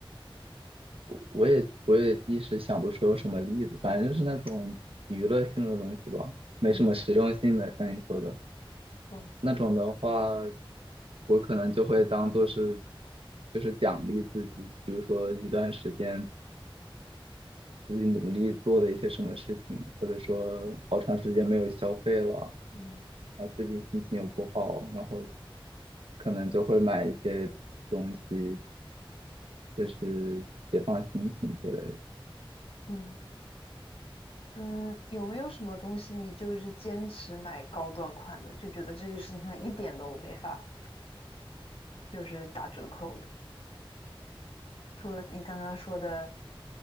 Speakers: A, on the right; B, on the left.
A: 我也我也一时想不出有什么例子，反正就是那种娱乐性的东西吧，没什么实用性的，
B: 嗯，
A: 像你说的
B: 懂，
A: 那种的话，我可能就会当做是就是奖励自己，比如说一段时间自己努力做的一些什么事情，或者说好长时间没有消费了，
B: 嗯
A: 啊，最近心情又不好，然后可能就会买一些东西，就是解放心情之类的。
B: 嗯。嗯，有没有什么东西你就是坚持买高端款的，就觉得这件事情上一点都没法就是打折扣的？除了你刚刚说的